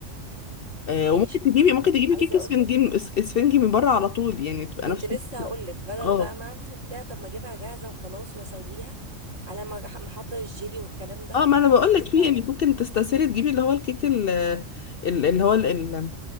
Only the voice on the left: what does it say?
آه،
وممكن تجيبي
ممكن تجيبي
كيك اسفنجي
اس- اسفنجي من بره على طول يعني تبقى
نفس
الفكرة.
اه
اه ما انا بقول
لك
فيه يعني ممكن تستسهلي تجيبي اللي هو الكيك ال- ال- اللي هو ال- ال-